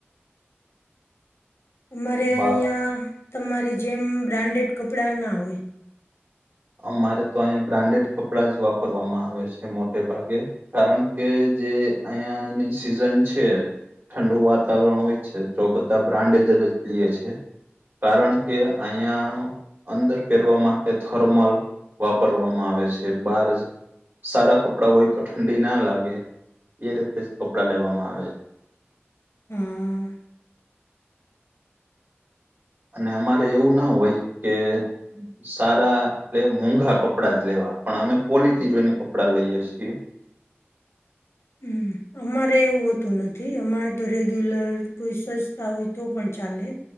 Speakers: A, on the left; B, on the right.
A: અમારે
B: બા
A: અહીંયા તમારી જેમ બ્રાન્ડેડ કપડાં ના હોય
B: અમારે તો અહીંયા બ્રાન્ડેડ કપડાં જ વાપરવામાં આવે છે મોટે ભાગે કારણ કે જે અહયાની સિઝન છે ઠંડુ વાતાવરણ હોય છે તો બધા બ્રાન્ડજ જ લએ છે કારણ કે અહીયા અંદર પહેરવા માટે થર્મલ વાપરવામાં આવે છે બાર જ સારા કપડાં હોય તો ઠંડી ના લાગે એ રીતે જ કપડાં લેવામાં આવે છે
A: હ
B: અને અમારે એવું ના હોય કે સારા એટલે મોંઘા કપડા જ લેવા પણ અમે ક્વોલિટી જોઈને કપડાં લઈએ છીએ <inaudible>
A: હમ અમારે એવું હોતું નથી અમારે તો રેગ્યુલર કોઈ સસ્તા હોય તો પણ ચાલે